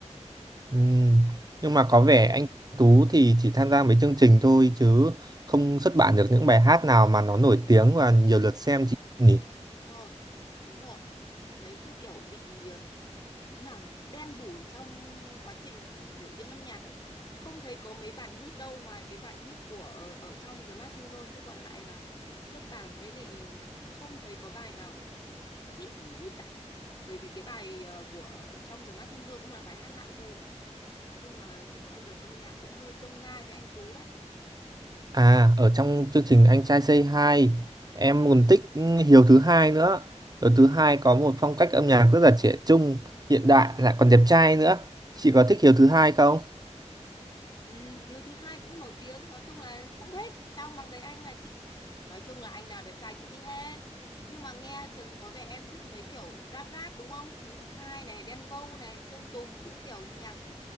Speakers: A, on the right; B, on the left.
A: ừm, nhưng mà có vẻ anh Tú thì chỉ tham gia mấy chương trình thôi chứ không xuất bản được những bài hát nào mà nó nổi tiếng và nhiều lượt xem chị nhỉ?
B: Ờ, đúng rồi. Chị thấy cứ kiểu bị ừm, nào nhỉ, bị đen đủi trong quá trình biểu diễn âm nhạc ấy. Không thấy có mấy bản hit đâu ngoài cái bản hit của ở, ở trong The Masked Singer chứ còn lại là xuất bản với lại không thấy có bài nào hit hit, hit cả. Bởi vì cái bài ờ, của ở trong The Masked Singer cũng là bài hát lại thôi. Nói chung là con đường âm nhạc cũng hơi chông gai với anh Tú đấy.
A: À, ở trong chương trình Anh trai Say Hi, em còn thích Hiếu thứ hai nữa. Hiếu thứ hai có một phong cách âm nhạc rất là trẻ trung, hiện đại lại còn đẹp trai nữa. Chị có thích Hiếu thứ hai không?
B: Ừ, Hiếu thứ hai cũng nổi tiếng nói chung là cũng thích trong bằng đấy anh là chị nói chung là anh nào đẹp trai chị thích hết nhưng mà nghe chừng có vẻ em thích mấy kiểu rap rap đúng không Hiếu thứ hai này Đen Vâu này Sơn Tùng cũng kiểu nhạc